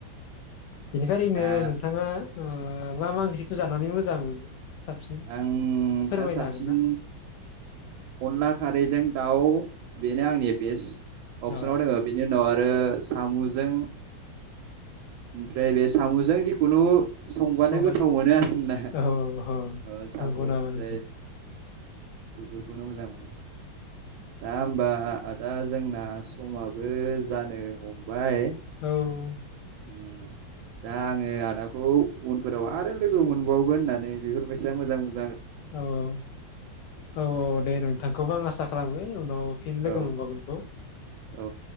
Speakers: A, on the left; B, on the right.
A: बेनिखाय ओरैनो
B: दा
A: नोंथाङा ओ मा मा ओंख्रिखौ जानानै मोजां मोनो? साबसिन
B: आं
A: फोरमायनो
B: दा साबसिन
A: हागोन ना
B: अनला खारैजों दाउ बेनो आंनि बेस्ट अपसनाव
A: अ
B: दोङो बिनि उनाव आर रो साम'जों ओमफ्राय बे साम'जों जिखुनु संबानो
A: सबाय
B: गोथाव मोनो आर ना
A: औ औ
B: ओ सामु'
A: नंगौ नामा
B: ओमफ्राय
A: नोंथां
B: बेफोर बेखौनो मोजां मोनो दा होमबा आदा जोंना समाबो जानो हमबाय
A: औ
B: उम दा आङो आदाखौ उनफोराव आरो लोगो मोनबावगोन होननानै बेफोरबायसा मोजां मोन
A: औ औ औ औ दे नोंथांखौबो आं आसा खालामो उनाव फिन
B: औ
A: लोगो मोनबावगोनखौ
B: औ